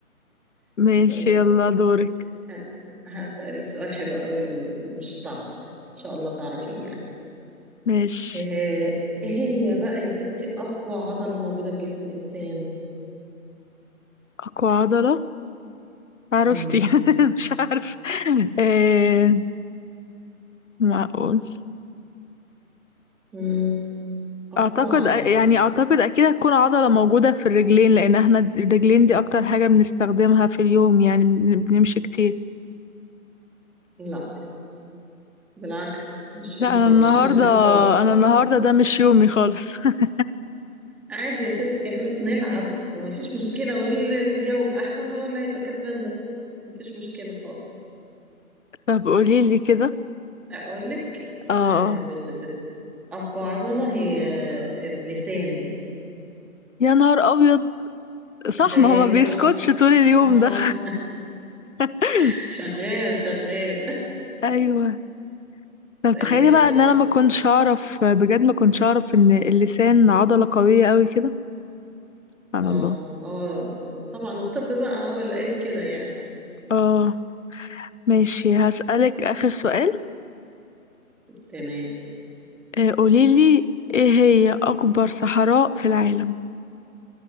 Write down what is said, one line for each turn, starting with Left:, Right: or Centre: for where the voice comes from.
Left: ماشي
Centre: طيب
Left: يلا دورك
Centre: أنا هسألك سؤال حلو قوي ومش صعب إن شاء الله تعرفيه يعني
Left: ماشي
Centre: آه، إيه هي بقى يا ستي أقوى عضلة موجودة في جسم الإنسان؟
Left: أقوى عضلة عرفتي
Centre: مم.
Left: <laughs> مش عارفة آه معقول
Centre: <laughs> مم. أقوى
Left: أعتقد
Centre: عضلة
Left: يعني أعتقد أكيد هتكون عضلة موجودة في الرجلين لأن احنا الرجلين دي أكتر حاجة بنستخدمها في اليوم يعني بن- بنمشي كتير
Centre: لا بالعكس مش
Left: لا
Centre: ال...
Left: أنا النهاردة
Centre: مش الرجلين خالص
Left: أنا النهاردة ده مش يومي خالص <laughs>
Centre: عادي يا ستي احنا بنلعب ومفيش مشكلة واللي يجاوب أحسن هو اللي هيبقى كسبان بس مفيش مشكلة خالص
Left: طب قوليلي كده
Centre: أقول لك
Left: اه آه.
Centre: آه بص يا ستي أقوى عضلة هي آه، اللسان
Left: يا نهار أبيض صح
Centre: تخيلي
Left: ما هو ما بيسكتش
Centre: بقى
Left: طول اليوم
Centre: اه
Left: ده <laughs>
Centre: <laughs> شغال شغال
Left: ايوه طب
Centre: اسأليني
Left: تخيلي بقى
Centre: انت
Left: ان
Centre: بقى
Left: انا
Centre: سؤال
Left: ما كنتش اعرف بجد ما كنتش اعرف ان اللسان عضلة قوية قوي كده سبحان
Centre: اه
Left: الله
Centre: اه طبعا الطب بقى هو اللي قايل كده يعني
Left: اه ماشي هسألك اخر سؤال
Centre: تمام
Left: آه، قوليلي ايه هي اكبر صحراء في العالم